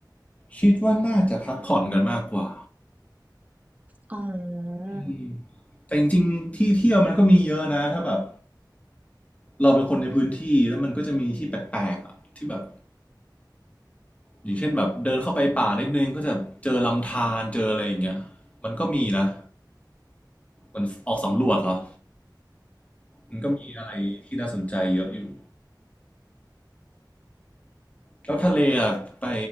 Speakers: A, on the left (about 20°); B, on the right (about 20°).
A: คิดว่าน่าจะพักผ่อนกันมากกว่า
B: อ๋อ
A: อืมแต่จริงๆที่เที่ยวมันก็มีเยอะนะถ้าแบบเราเป็นคนในพื้นที่แล้วมันก็จะมีที่แปลกๆอะที่แบบอย่างเช่นแบบเดินเข้าไปป่านิดนึงก็จะเจอลำธารเจออะไรอย่างเงี้ยมันก็มีนะมันออกสำรวจเหรอมันก็มีอะไรที่น่าสนใจเยอะอยู่แล้วทะเลอะไป